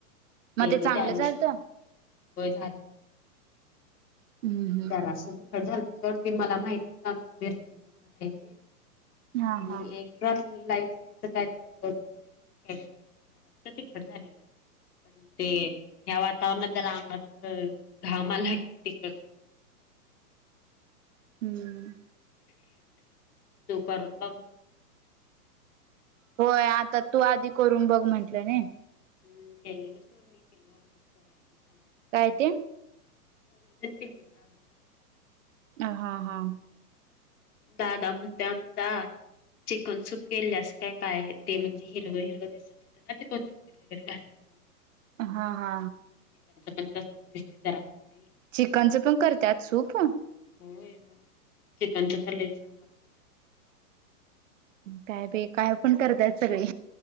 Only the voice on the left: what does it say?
केलो
त्या दिवशी
होय
जरा असं तिखट झालंत सोडती मला माहिती होतं आमची मिरची तिखट ते
म
एक घातलं लाईट तिथ काही तरी तिखट झालेलं. पण ते ह्या वातावरणात जर अंगातलं तर घाम आला कि ते <unintelligible> <inaudible>
तू करून बघ
हम् केलेलंच तरो मी केेलो आमच्या सगळ्यांनी खाल
<inaudible>
दादा म्हणते आमचा चिकन सूप केल्यास काय काय आहे ते म्हणजे हिरवं हिरवं दिसत होते ना ते कोथिंबीर वगैरे घ <unintelligible>
पण तसच दिसते जरा. कमी
हो म चिकनच तर लय छान लागत